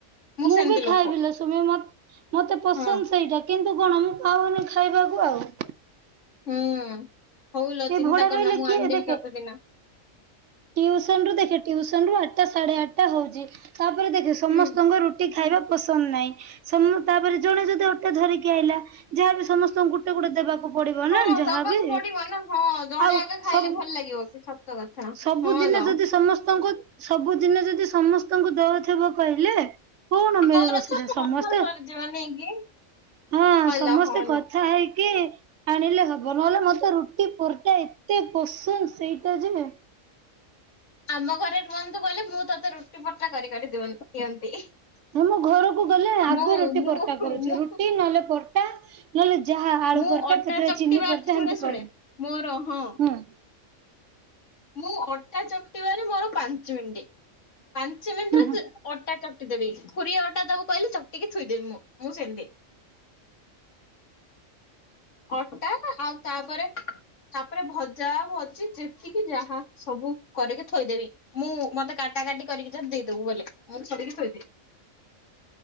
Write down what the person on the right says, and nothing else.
ମୁଁ
ବି ଖାଇବିଲୋ
ସୁମି ମତେ ପସନ୍ଦ
ସେଇଟା କିନ୍ତୁ ତୁକଣ ମୁଁ ପାଉନି ଖାଇବାକୁ ଆଉ
ଏ
ଭଡା
ରହିଲେ
କିଏ
ଦେଖେ
ଟିଉସନ ରୁ ଦେଖେ ଟିଉସନ ରୁ ଆଠଟା ସାଢେ ଆଠଟା ହଉଛି। ତାପରେ ଦେଖ ସମସ୍ତଙ୍କ
ରୁଟି ଖାଇବା ପସନ୍ଦ ନାହିଁ ସୁଣୁନୁ ତାପରେ ଜଣେ ଯଦି ଅଟା ଧରିକି ଆଇଲା ଯାହାବି ସମସ୍ତଙ୍କୁ ଗୋଟେ ଗୋଟେ ଦେବାକୁ ପଡିବନା
ଯାହାବି
ଆଉ
ସବୁ
ସବୁଦିନ
ଯଦି ସମସ୍ତେ ସମସ୍ତଙ୍କୁ ସବୁଦିନ ଯଦି ସମସ୍ତଙ୍କୁ ଦଉଥିବ କହିଲେ କଣ ମିଳିବ
ସେଟା
ସମସ୍ତେ
ହଁ ସମସ୍ତେ
କଥା
ହେଇ କି ଆଣିଲେ ହବ ନହେଲେ ମତେ ରୁଟି ପରଟା ଏତେ ପସନ୍ଦ ସେଇଟା ଯେ
ମୁଁ ଘରକୁ ଗଲେ ଆଗ
ରୁଟି
ପରଟା କରୁଛି
ରୁଟି ନହେଲେ ପର ଟା ନହେଲେ ଯାହା ଆଳୁ
ପରଟା
କେତେବେଳେ
ଚିନି ପରଟା
ଏମତି
କରୁ
ହୁଁ।
ହୁଁ ହୁଁ।